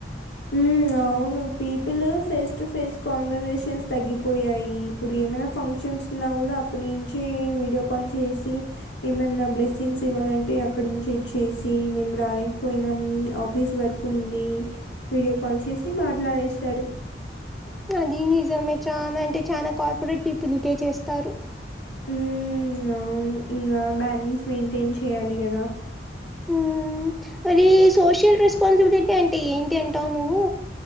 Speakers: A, on the left; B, in the centre.
A: హ్మ్ అవును people face to face conversations తగ్గిపోయాయి ఇప్పుడు ఏమనా ఫంక్షన్స్ ఉన్న కూడా అక్కడి నుంచి వీడియో కాల్ చేసి ఏమన్నా బ్లెస్సింగ్స్ ఇవ్వాలంటే టే అక్కడ నుంచి ఇచ్చేసి మేము రాలేకపోయినాం ఆఫీస్ వర్క్ ఉంది వీడియో కాల్ చేసి మాట్లాడేస్తారు
B: అది నిజమే చనా అంటే చనా కార్పొరేట్ పీపుల్కే చేస్తారు
A: హ్మ్ అవును ఇంగా బ్యాలెన్స్ మెయింటైన్ చేయాలి కదా
B: హ్మ్ మరి సోషల్ రెస్పాన్సిబిలిటీ అంటే ఏంటి అంటావు నువ్వు